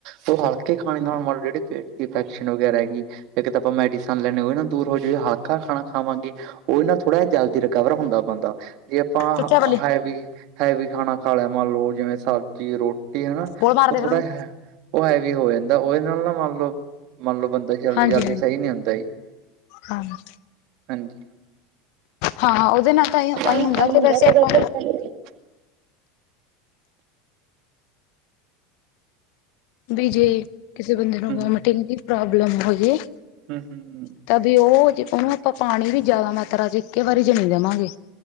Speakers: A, on the right; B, on the left.
A: ਫੇਰ ਹਲਕੇ ਖਾਣੇ ਨਾਲ ਮਨ ਲਓ ਜਿਹੜੀ ਪੇਟ ਦੀ ਇਫੈਕਸ਼ਨ ਵਗੈਰਾ ਹੈਗੀ। ਜੇ ਕਿਤੇ ਆਪਾ ਮੈਡੀਸਨ ਲੈਣੇਆ ਓਹ ਵੀ ਨਾ ਦੂਰ ਹੋ ਜਵੇ, ਹੱਥ ਕਾ ਖਾਣਾ ਖਾਵਾਂਗੇ। ਉਹਦੇ ਨਾਲ ਥੋੜਾ ਜਲਦੀ ਰਿਕਵਰ ਹੁੰਦਾ ਐ ਬੰਦਾ। ਜੇ ਆਪਾਂ
B: ਚੁੱਚਾ
A: ਹ,
B: ਬੱਲੀ
A: ਹੈਵੀ ਹੈਵੀ ਖਾਣਾ ਖਾ ਲਿਆ ਮੰਨ ਲਓ ਜਿਵੇਂ ਸਬਜੀ ਰੋ ਟੀ ਹਨਾ,
B: ਬੋਲ ਮਾਰਦੇ
A: ਉਹ ਥੋੜਾ
B: ਫਿਰ ਉਹਨੂੰ
A: ਹੈ, ਉਹ ਹੈਵੀ ਹੋ ਜਾਂਦਾ ਏ, ਉਹਦੇ ਨਾਲ ਨਾ ਮੰਨ ਲੋਓ ਮੰਨ ਲਓ ਬੰਦੇ ਜਲਦੀ-ਜਲਦੀ
B: ਹਾਂਜੀ
A: ਸਹੀ ਨੀ ਹੁੰਦੇ ਜੀ,
B: ਹਾਂਜੀ ਹਾਂ
A: ਹਾਂਜੀ।
B: ਹਾਂ ਉਹਦੇ ਨਾਲ ਤਾਂ ਆਹੀ
A: <unintelligible>
B: ਹੁੰਦਾ ਤੇ ਵੈਸੇ ਆਪਾਂ ਬਈ ਜੇ ਕਿਸੇ ਬੰਦੇ ਨੂੰ
A: ਹਮ
B: ਵੋਮਿਟਿੰਗ ਦੀ ਪ੍ਰੋਬਲਮ ਹੋਜੇ।
A: <unintelligible>
B: ਤਬ ਹੀ ਓਹ ਜੈ ਓਹਨੂੰ ਅਪਾ ਪਾਣੀ ਵੀ ਜਿਆਦਾ ਮਾਤਰਾ ਚ ਇੱਕੇ ਵਾਰੀ ਵਿਚ ਹੀ ਨਾ ਦੇਵਾਂਗੇ।